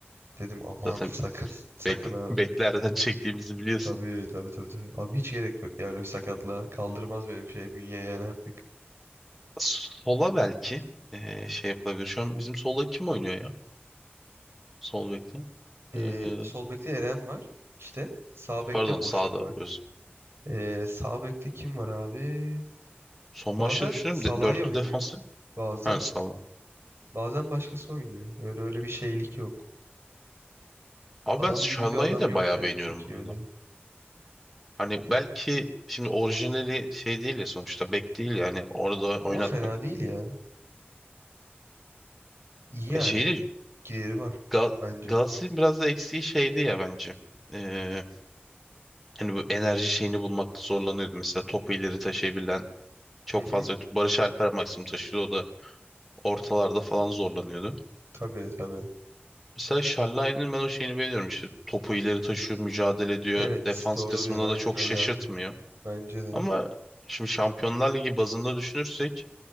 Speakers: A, on the right (about 85°); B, in the centre.
A: Dedim aman
B: Zaten
A: <laughs> sakın sakın
B: bek, <laughs>
A: abi.
B: beklerden çektiğimizi biliyorsun.
A: Tabii tabii tabii tabii. Abi hiç gerek yok ya öyle bir sakatlığa. Kaldırmaz benim şey bünye yani artık.
B: Sola belki e, şey yapabilir. Şu an bizim solda kim oynuyor ya? Sol bekte.
A: Ee,
B: E,
A: sol bekte Eren var. İşte sağ bekte
B: pardon sağda
A: boşluk var.
B: öz.
A: Ee, sağ bekte kim var abi?
B: Son maçta
A: Bazen
B: düşünüyorum
A: Salah'ı
B: de, dörtlü
A: oynuyor.
B: defansı.
A: Bazen.
B: Ha sağda.
A: Bazen başkası oynuyor. Yani öyle bir şeylik yok.
B: Abi
A: Adam
B: ben Şallay'ı
A: gibi bir adam
B: da
A: yok
B: bayağı
A: yani
B: beğeniyorum
A: çok
B: bu
A: iyi
B: arada.
A: öyle.
B: Hani belki şimdi orijinali şey değil ya sonuçta bek değil yani orada oynatmak.
A: Ama fena değil ya. İyi yani.
B: E şeyi de
A: Gideri var
B: Gal
A: bence.
B: Galatasaray'ın biraz da eksiği şeydi ya bence. Ee, hani bu
A: Hı
B: enerji şeyini bulmakta zorlanıyordu. Mesela topu ileri taşıyabilen çok
A: hı. hı.
B: fazla yoktu. Barış Alper maksimum taşıyordu. O da ortalarda falan zorlanıyordu.
A: Tabii tabii.
B: Mesela Şallay'ın ben o şeyini beğeniyorum. İşte topu ileri taşıyor, mücadele ediyor.
A: Evet
B: Defans
A: doğru
B: kısmına
A: diyorsun aynen
B: da çok
A: öyle
B: şaşırtmıyor.
A: abi. Bence de.
B: Ama şimdi Şampiyonlar Ligi bazında düşünürsek